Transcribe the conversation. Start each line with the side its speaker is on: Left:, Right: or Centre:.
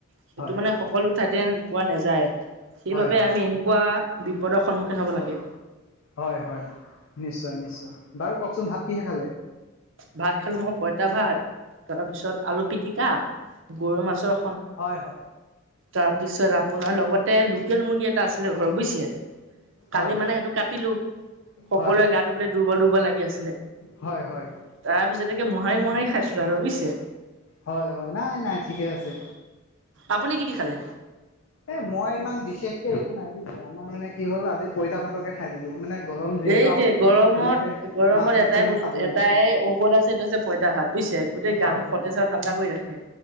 Right: সেইটো
Left: হয়
Right: মানে সকলো ঠাইতে পোৱা নেযায়। সেইবাবে
Left: হয় হয়
Right: আমি এনেকুৱা বিপদৰ সন্মুখীন হ'ব লাগে
Left: হয় হয় নিশ্চয় নিশ্চয় বাৰু কওকচোন ভাত কিহে খালে
Right: ভাত খালো মই পঁইতা ভাত তাৰপিছত আলু পিটিকা গৰৈ মাছৰ
Left: হয় হয়
Right: তাৰ পিছত আপোনাৰ লগতে লোকেল মুৰ্গী এটা আছিলে ঘৰৰ বুজিছে কালি
Left: হয়
Right: মানে সেইটো কাটিলো সকলোৱৰে
Left: হয়
Right: গাটো বোলে দুৰ্বল দুৰ্বল লাগি আছে
Left: হয় হয়
Right: তাৰ পিছতে মোহাৰি মোহাৰি খাইছো আৰু বুজিছে
Left: হয় হয় নাই নাই ঠিকে আছে
Right: আপুনি কি দি খালে?
Left: এ মই ইমান বিশেষকে একো নাই বুজিছে আমাৰ মানে কি হ'ল আজি পইতা ভাতকে খাই দিলো মানে গৰম যিহেতু
Right: এইটোৱে
Left: আৰু
Right: গৰমত
Left: তেনেকে
Right: গৰমত
Left: মাছ মাংস
Right: এটাই
Left: ইমান
Right: বস্তু
Left: খাব
Right: এটাই
Left: নোৱাৰি
Right: ঔষধ আছে এইটো আছে পঁইতা ভাত বুজিছে গোটেই গাটো
Left: হয় হয়
Right: সতেজ আৰু ঠাণ্ডা কৰি ৰাখে